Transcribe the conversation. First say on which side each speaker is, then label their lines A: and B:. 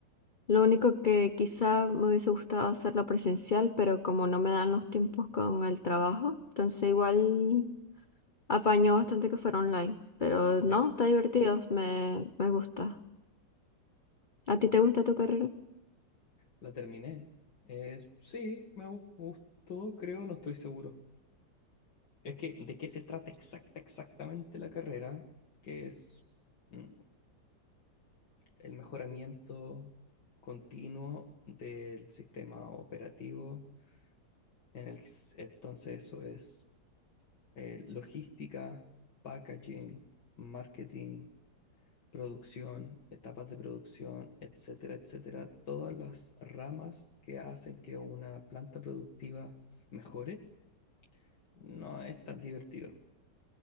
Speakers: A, on the left; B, on the left.
A: lo único que quizá me hubiese gustado hacerlo presencial, pero como no me dan los tiempos con el trabajo, entonces igual apañó bastante que fuera online. Pero
B: Ya,
A: no, está divertido, me, me gusta. ¿A ti te gusta tu carrera?
B: la terminé. Es- sí, me gu- gustó, creo, no estoy seguro. Es que, ¿de qué se trata exacta, exactamente la carrera? Que es mm, el mejoramiento continuo del sistema operativo. En el, entonces, eso es eh, logística, packaging, marketing, producción, etapas de producción, etcétera, etcétera. Todas las ramas que hacen que una planta productiva mejore, no es tan divertido, <laughs>